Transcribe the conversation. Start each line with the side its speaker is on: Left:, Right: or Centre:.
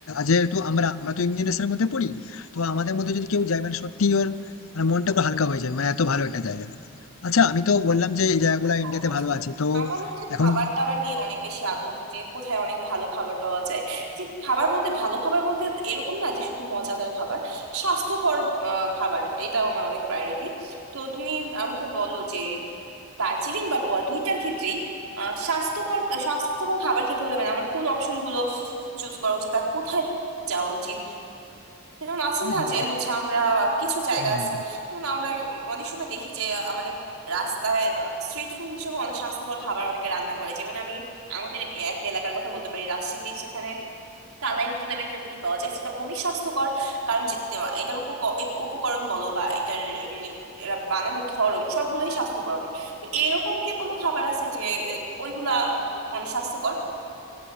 Left: যেহেতু আমরা আমরা তো ইয়ং জেনারেশনের মধ্যে পড়ি তো আমাদের মধ্যে যদি কেউ যায় মানে সত্যি ওর মানে মনটা একটু হালকা হয়ে যায় মানে এত ভালো একটা জায়গা আচ্ছা আমি তো বললাম যে এই জায়গাগুলো
Right: ও
Left: ইন্ডিয়াতে
Right: আচ্ছা
Left: ভালো আছে তো
Right: আমার হচ্ছে
Left: এখন
Right: খাবার দাবার নিয়ে অনেক বেশি আগ্রহ যে কোথায় অনেক ভালো খাবার পাওয়া যায় যে খাবার বলতে ভালো খাবার বলতে এরকম না যে শুধু মজাদার খাবার স্বাস্থ্যকর আহ, খাবার এটাও আমার অনেক প্রায়োরিটি তো তুমি আমাকে বলো যে দার্জিলিং বা গোয়া দুইটার ক্ষেত্রেই আহ, স্বাস্থ্যকর স্বাস্থ্যকর খাবার খেতে হলে মানে আমার কোন অপশন গুলো চুজ করা উচিত আর কোথায় যাওয়া উচিত যেমন আছে
Left: দেখো,
Right: না যে হচ্ছে আমরা কিছু জায়গা
Left: হুম,
Right: আছে যেমন আমরা উম অনেক সময় দেখি যে আমাদের রাস্তায় স্ট্রিট ফুড হিসেবে অনেক স্বাস্থ্যকর খাবার অনেকে রান্না করে যেমন আমি আমাদের এ- এক এলাকার কথা বলতে পারি রাজশাহী সেখানে কালাই রুটি নামে একটা রুটি পাওয়া যায় সেটা অনেক স্বাস্থ্যকর কারণ যে- এটার উপক- এ- উপকরণ বলো বা এটার মানে এরা বানানোর ধরন সবগুলোই স্বাস্থ্যকর অনেক তো এরকম কি কোনো খাবার আছে যে এ, ওইগুলা অনেক স্বাস্থ্যকর